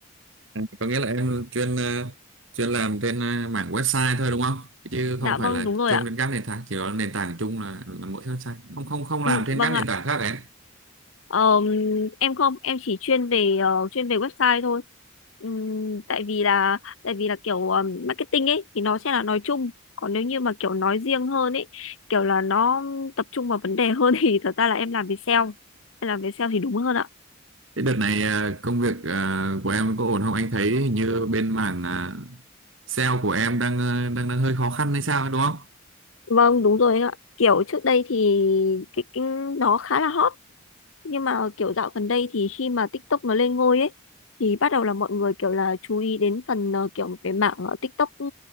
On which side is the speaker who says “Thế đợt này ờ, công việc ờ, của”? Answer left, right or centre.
Right